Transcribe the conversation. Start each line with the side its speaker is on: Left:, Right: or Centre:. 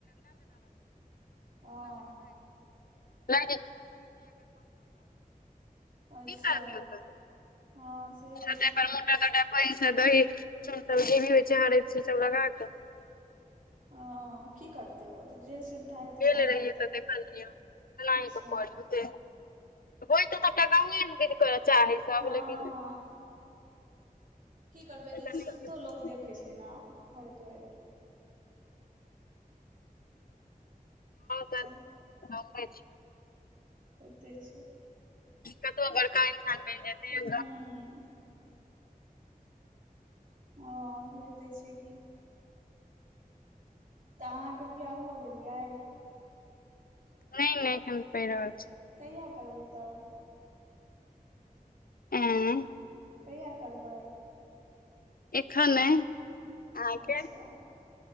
Right: हँ
Left: <unintelligible> <unintelligible> कि
Right: अच्छा
Left: करतै
Right: हँ से होइ
Left: त <unintelligible> <unintelligible>
Right: छै
Left: दहि सब जे भी होइ छै हरद से सब लगाक।
Right: ह की करतै ओत जे सुविधा हेतै
Left: गेल
Right: सएह
Left: रहियै
Right: करतै
Left: तऽ देखलियै एनाही
Right: अच्छा।
Left: कऽ करै होइ त सबटा गौवे मे बीध करऽ चाहै। सब
Right: हँ
Left: लेकिन
Right: हँ। की करबै
Left: गाँव
Right: जे सुविधो लोक देखैछै नऽ घर दुआरि के।
Left: तऽ
Right: सैह।
Left: <unintelligible>
Right: होइते छै।
Left: कतबै बड़का इन्सान बनि जेतै <inaudible>
Right: हूँ हँ होइते छै कि। त अहाँके बियाह भ गेल यै?
Left: नै नै एखन पढ़ि रहल छी।
Right: कहिया करबै तब?
Left: एँ
Right: कहिया करबै?
Left: एखन नै। अहाँके
Right: अच्छा